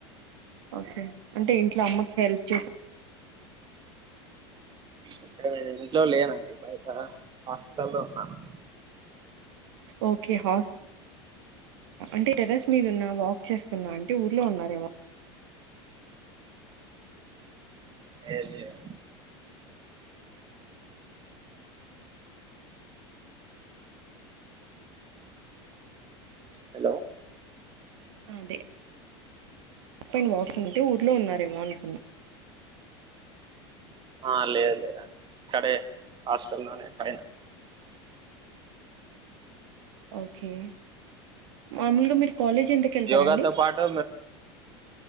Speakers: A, on the right (about 75°); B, on the right (about 35°).
A: ఓకే అంటే ఇంట్లో అమ్మకి హెల్ప్ చేస్త
B: అంటే నేను ఇంట్లో లేనండి బయట హాస్టల్లో ఉన్నాను
A: ఓకే హాస్ అంటే టెరెస్ మీద ఉన్నా వాక్ చేస్తున్నా అంటే ఊర్లో ఉన్నారేమో
B: ఏ లేదు హలో
A: అదే పైన వాక్స్ ఉంటే ఊర్లో ఉన్నారేమో అనుకున్న
B: ఆ లేదు లేదు ఇక్కడే హాస్టల్లోనే పైన
A: ఓకే మామూలుగా కాలేజ్ ఎంతకి వెళ్తారండి
B: యోగాతో పాటు